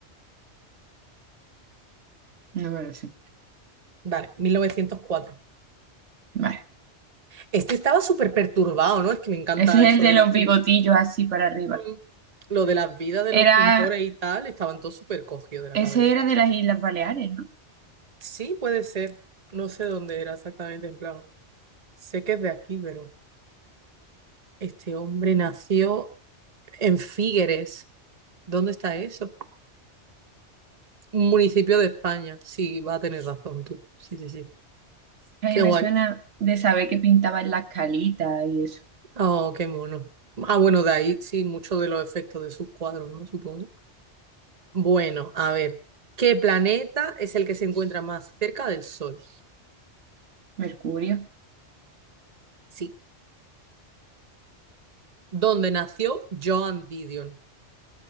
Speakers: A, on the right (about 85°); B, on the right (about 35°).
A: No me lo sé.
B: Vale, 1904.
A: Vale.
B: Este estaba súper perturbado, ¿no? Es que me encanta
A: Ese es
B: eso
A: el de
B: de
A: los
B: la...
A: bigotillos así para arriba.
B: Mm, Lo de las vidas de
A: Era,
B: los pintores y tal, estaban todos súper cogidos de la
A: ese
B: cabeza.
A: era de las Islas Baleares, ¿no?
B: Sí, puede ser. No sé dónde era exactamente, en plan. Sé que es de aquí, pero este hombre nació en Figueres. ¿Dónde está eso? Un municipio de España. Sí, va a tener razón tú. Sí, sí, sí.
A: A
B: Qué
A: mí me
B: guay.
A: suena de saber que pintaban las calitas y eso.
B: Oh, qué mono. Ah, bueno, de ahí sí, muchos de los efectos de sus cuadros, ¿no? Supongo. Bueno, a ver. ¿Qué planeta es el que se encuentra más cerca del Sol?
A: Mercurio,
B: Sí. ¿Dónde nació Joan Didion?